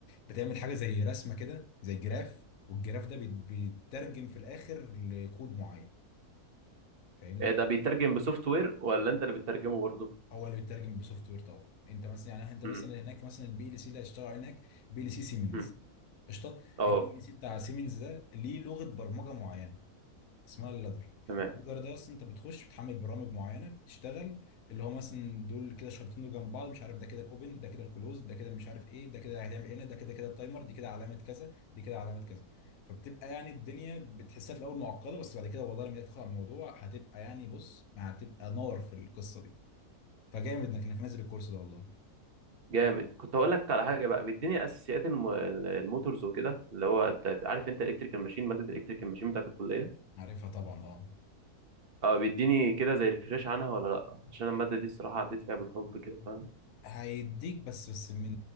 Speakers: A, on the left (about 65°); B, on the right (about 40°).
A: بتعمل حاجه زي رسمه كده زي جراف والجراف ده بيت- بيترجم في الاخر لكود معين فاهمني
B: إيه ده بيترجم بسوفت وير ولا انت اللي بتترجمه برضه
A: هو اللي بيترجم بسوفت وير طبعا انت مثلا يعني انت مثلا
B: امم
A: هناك مثلا البي ال سي اللي هتشتغل هناك بي ال سي سيمنز
B: امم
A: قشطه
B: اه
A: البي ال سي بتاع سيمنز ده ليه لغه برمجه معينه اسمها اللادر
B: تمام
A: اللادر ده اصلا انت بتخش بتحمل برامج معينه بتشتغل اللي هو مثلا دول كده شرطين دول جنب بعض مش عارف ده كده الاوبن ده كده الكلوز ده كده اللي مش عارف ايه ده كده هيعمل إيه هنا ده كده كده التايمر دي كده علامه كذا دي كده علامه كذا فبتبقى يعني الدنيا بتحسها في الاول معقده بس بعد كده والله لما تدخل على الموضوع هتبقى يعني بص ما هتبقى نار في القصه دي فجامد انك انك نازل الكورس ده والله
B: جامد كنت هقول لك على حاجه بقى بيديني اساسيات الم... الموتورز وكده اللي هو بتاعت عارف انت الكتريكال ماشين ماده الكتريكال ماشين بتاعت الكليه
A: عارفها طبعا اه
B: اه بيديني كده زي ريفريش عنها ولا لا عشان الماده دي الصراحه عديت فيها بالحب كده فاهم
A: هيديك بس بس من